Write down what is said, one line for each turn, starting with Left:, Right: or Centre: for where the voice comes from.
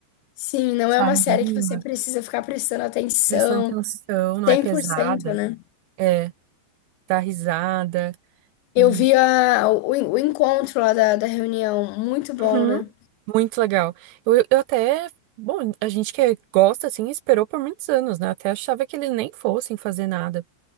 Left: Sim, não é
Right: Te
Left: uma
Right: anima,
Left: série que você precisa ficar prestando atenção.
Right: prestando atenção, não
Left: cem
Right: é pesada.
Left: por cento, né?
Right: É, dá risada.
Left: Eu
Right: E...
Left: vi a, o, o encontro lá da, da reunião, muito bom,
Right: Uhum,
Left: né?
Right: muito legal. Eu, eu até. Bom, a gente que é, gosta, assim, esperou por muitos anos, né? Até achava que eles nem fossem fazer nada.